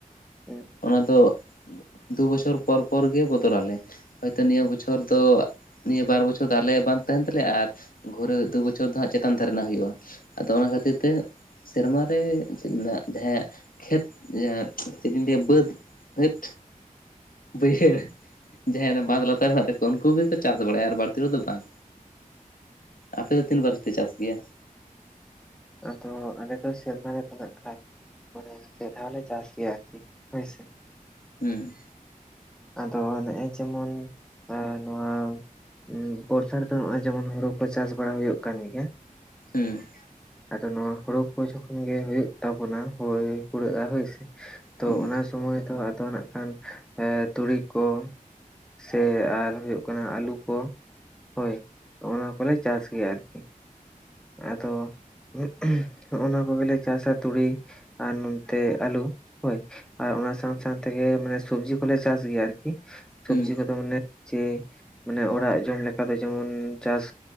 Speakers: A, in the centre; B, on the left (about 75°).
A: ᱦᱩᱸ
B: ᱚᱱᱟ ᱫᱚ ᱫᱩ ᱵᱚᱪᱷᱚᱨ ᱾ ᱯᱚᱨ ᱯᱚᱨ ᱜᱮ ᱵᱚᱫᱚᱞ ᱟᱞᱮ ᱦᱚᱭᱛᱚ ᱱᱤᱭᱟᱹ ᱵᱚᱪᱷᱚᱨ ᱫᱚ ᱾ ᱱᱤᱭᱟᱹ ᱵᱟᱨ ᱵᱚᱪᱷᱚᱨ ᱫᱚ ᱟᱞᱮ ᱵᱟᱸᱫᱷ ᱛᱟᱦᱮᱱ ᱛᱟᱞᱮᱭᱟ ᱟᱨ ᱜᱷᱚᱨᱮ ᱫᱩ ᱵᱚᱪᱷᱚᱨ ᱫᱚ ᱦᱟᱸᱜ ᱪᱮᱛᱟᱱ ᱫᱷᱟᱨᱮ ᱱᱟᱜ ᱦᱩᱭᱩᱜᱼᱟ ᱾ ᱟᱫᱚ ᱚᱱᱟ ᱠᱷᱟᱹᱛᱤᱨ ᱛᱮ ᱾ ᱥᱮᱨᱢᱟᱨᱮ ᱪᱤᱧ ᱢᱮᱱᱟ ᱡᱟᱦᱟᱸᱭᱟᱜ ᱠᱷᱮᱛ ᱡᱟᱦᱟᱸ ᱪᱮᱫ ᱤᱧ ᱞᱟᱹᱭᱟ ᱵᱟᱹᱫᱽ ᱾ ᱦᱟᱹᱴ ᱵᱟᱹᱭᱦᱟᱹᱲ ᱡᱟᱦᱟᱸᱭ
A: ᱦᱩᱸ
B: ᱵᱟᱸᱫᱽ ᱞᱟᱛᱟᱨ ᱨᱮ ᱦᱮᱱᱟᱜ ᱛᱟᱠᱚᱣᱟ ᱩᱱᱠᱩ ᱜᱮᱠᱚ ᱪᱟᱥ ᱵᱟᱲᱟᱭᱟ ᱟᱨ ᱵᱟᱹᱲᱛᱤ ᱨᱮ ᱫᱚ ᱵᱟᱝ ᱟᱯᱮᱫᱚ ᱛᱤᱱ ᱵᱟᱨ ᱯᱮ ᱪᱟᱥ ᱜᱮᱭᱟ?
A: ᱟᱫᱚ ᱟᱞᱮᱫᱚ ᱥᱮᱨᱢᱟ <unintelligible> ᱠᱷᱟᱱ ᱾ ᱢᱟᱱᱮ ᱯᱮ ᱫᱦᱟᱣ ᱞᱮ ᱪᱟᱥ ᱜᱮᱭᱟ ᱟᱨᱠᱤ ᱦᱳᱭᱥᱮ ᱾
B: ᱦᱩᱸ
A: ᱟᱫᱚ ᱱᱮᱜᱼᱮ ᱡᱮᱢᱚᱱ ᱮ ᱱᱚᱣᱟ ᱾ ᱵᱚᱨᱥᱟ ᱨᱮᱫᱚ ᱦᱚᱜᱚᱭ ᱡᱮᱢᱚᱱ ᱦᱳᱲᱳ ᱠᱚ ᱪᱟᱥ ᱵᱟᱲᱟ ᱦᱩᱭᱩᱜ ᱠᱟᱱ ᱜᱮᱭᱟ ᱾
B: ᱦᱩᱸ
A: ᱟᱫᱚ ᱱᱚᱣᱟ ᱦᱳᱲᱳ ᱠᱚ ᱡᱚᱠᱷᱚᱱ ᱜᱮ ᱦᱳᱭᱳᱜ ᱛᱟᱵᱚᱱᱟ ᱦᱚᱭ ᱯᱩᱨᱟᱹᱜᱼᱟ ᱦᱳᱭᱥᱮ ᱾ ᱛᱚ
B: ᱦᱩᱸ
A: ᱚᱱᱟ ᱥᱚᱢᱚᱭ ᱫᱚ ᱟᱫᱚ ᱱᱟᱜ ᱠᱷᱟᱱ ᱾ ᱮᱸ ᱛᱩᱲᱤ ᱠᱚ ᱥᱮ ᱟᱨ ᱦᱩᱭᱩᱜ ᱠᱟᱱᱟ ᱟᱹᱞᱩ ᱠᱚ ᱾ ᱦᱳᱭ ᱚᱱᱟ ᱠᱚᱞᱮ ᱪᱟᱥ ᱜᱮᱭᱟ ᱟᱨᱠᱤ᱾ ᱟᱫᱚ <unintelligible> ᱦᱚᱜ-ᱚᱱᱟ ᱠᱚᱜᱮᱞᱮ ᱪᱟᱥᱟ ᱛᱩᱲᱤ᱾ ᱟᱨ ᱱᱚᱛᱮ ᱟᱞᱩ ᱦᱳᱭ᱾ ᱟᱨ ᱚᱱᱟ ᱥᱟᱶ ᱥᱟᱶ ᱛᱮᱜᱮ ᱢᱟᱱᱮ ᱥᱚᱵᱽᱡᱤ ᱠᱚᱞᱮ ᱪᱟᱥ ᱜᱮᱭᱟ ᱟᱨᱠᱤ᱾ ᱥᱚᱵᱡᱤ
B: ᱦᱩᱸ
A: ᱠᱚᱫᱚ ᱢᱟᱱᱮ ᱡᱮ ᱢᱟᱱᱮ ᱚᱲᱟᱜ ᱡᱚᱢ ᱞᱮᱠᱟᱫᱚ ᱡᱮᱢᱚᱱ ᱪᱟᱥ